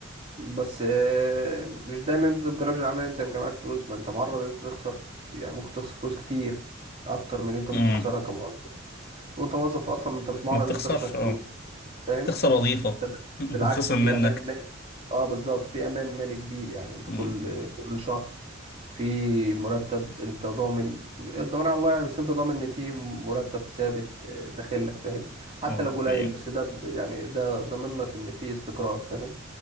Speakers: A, on the right; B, on the left.
A: بس آه، مش دايما انت تبقى رجل اعمال انت يبقى معاك فلوس ما انت معرض انت تخسر يعني ممكن تخسر فلوس كتير اكتر من اللي انت ممكن
B: امم
A: تخسرها كموظف وانت موظف اصلا انت مش معرض
B: ما بتخسرش
A: انت تخسر فلوس
B: اه
A: فاهم
B: بتخسر وظيفه
A: انت ب-
B: <laughs> بتخسر
A: بالعكس في
B: منك
A: امان مالي اه بالظبط في امان مالي كبير يعني انت
B: امم
A: كل كل شهر في مرتب انت ضامن الضمان على الله يعني بس انت ضامن ان في مرتب ثابت آه، داخل لك فاهم حتى
B: اه
A: لو قليل
B: ده حقيقي
A: بس ده ب- يعني ده ضامن لك ان في استقرار فاهم